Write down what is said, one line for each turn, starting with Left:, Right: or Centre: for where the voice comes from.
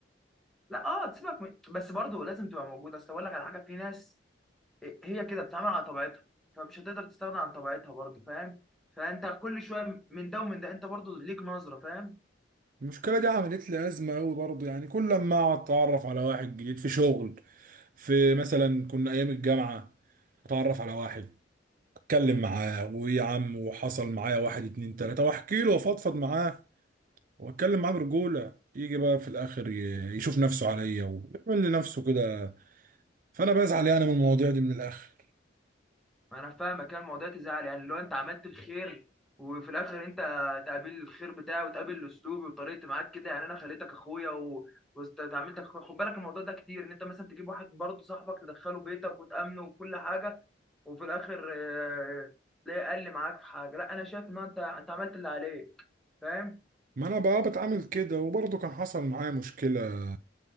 Centre: لا اه تسيبك من... بس برضه لازم تبقى موجود اصل اقول لك على حاجه في ناس إيه، هي كده بتتعامل على طبيعتها فمش هتقدر تستغنى عن طبيعتها برضه فاهم فانت كل شويه من ده ومن ده انت برضه ليك نظره فاهم
Right: المشكله دي عملت لي ازمه قوي برضه يعني كل لما اتعرف على واحد جديد في شغل في مثلا كنا ايام الجامعه اتعرف على واحد اتكلم معاه ويا عم وحصل معايا واحد اتنين تلاته واحكي له وافضفض معاه واتكلم معاه برجوله يجي بقى في الاخر ي- يشوف نفسه عليا ويعمل لنفسه كده فانا بزعل يعني من المواضيع دي من الاخر
Centre: ما انا فاهمك كان الموضوع تزعل يعني لو انت عملت الخير وفي الاخر انت تقابل الخير بتاعي وتقابل اسلوبي وطريقتي معاك كده يعني انا خليتك اخويا و... وتعاملتك اخويا خد بالك الموضوع ده كتير ان انت مثلا تجيب واحد برضه صاحبك تدخله بيتك وتامنه وكل حاجه وفي الاخر آه، تلاقيه اقل معاك في حاجه لا انا شايف ان هو انت انت عملت اللي عليك فاهم
Right: ما انا بقى بتعامل كده وبرضه كان حصل معايا مشكلة